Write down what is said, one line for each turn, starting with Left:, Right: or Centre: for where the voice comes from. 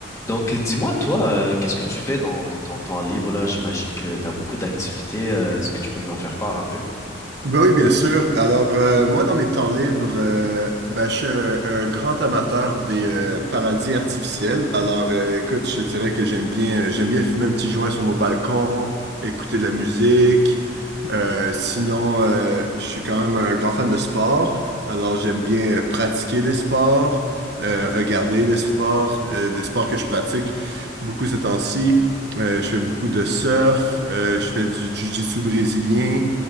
Left: Donc, dis-moi, toi, euh, qu'est-ce que tu fais dans, dans ton temps libre là? J'imagine que tu as beaucoup d'activités. euh, est-ce que tu peux m'en faire part un peu?
Right: Ben oui, bien sûr. Alors, euh, moi, dans mes temps libres, euh, ben, je suis un, un grand amateur des euh, paradis artificiels. Alors, euh, écoute, je te dirais que j'aime bien, euh, j'aime bien fumer un petit joint sur mon balcon, écouter de la musique. Euh, sinon, euh, je suis quand même un grand fan de sport. Alors, j'aime bien euh, pratiquer des sports, euh, regarder des sports, euh, des sports que je pratique beaucoup ces temps-ci. Euh, je fais beaucoup de surf, euh, je fais du jiu-jitsu brésilien.